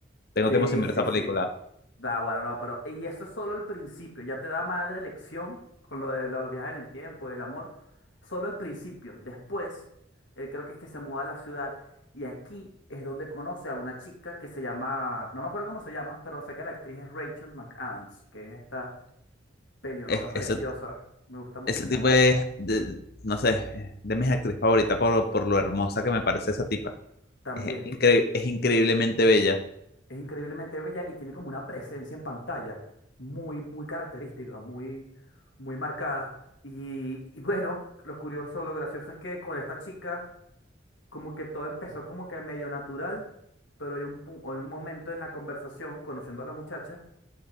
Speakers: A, on the left; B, on the left.
A: Tengo
B: Sí,
A: tiempo sin ver
B: sí,
A: esa película.
B: sí. Da, bueno, no, pero y eso es solo el principio, ya te da madre lección con lo de los viajes en el tiempo y el amor, solo al principio, después, él creo que es que se muda a la ciudad y aquí es donde conoce a una chica que se llama, no me acuerdo cómo se llama, pero sé que la actriz es Rachel McAdams, que es esta pelirroja
A: Es-
B: preciosa,
A: ese,
B: me gusta mucho
A: ese
B: esa
A: tipo
B: actriz
A: es, de- no sé, de mis actrices favoritas por, por lo hermosa que me parece esa tipa.
B: también,
A: Es, incre- es increíblemente bella.
B: es increíblemente bella y tiene como una presencia en pantalla muy, muy característica, muy, muy marcada. Y, y bueno, lo curioso, lo gracioso es que con esta chica, como que todo empezó como que medio natural, pero hay un, pu- hay un momento en la conversación, conociendo a la muchacha,